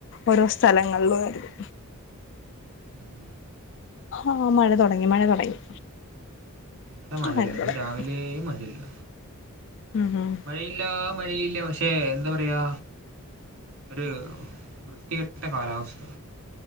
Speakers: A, on the left; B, on the right.
A: ഓരോ സ്ഥലങ്ങളിലും ആയിരുന്നു
B: ഉം
A: ആഹ് മഴ തുടങ്ങി മഴ തുടങ്ങി
B: ഇവിടെ മഴല്ല
A: മഴ തുടങ്ങി
B: ഇന്ന് രാവിലെ മഴയില്ല.
A: ഉം ഉം
B: മഴയില്ല മഴയില്ല പക്ഷെ എന്താ പറയാ ഒരു വൃത്തികെട്ട കാലാവസ്ഥ.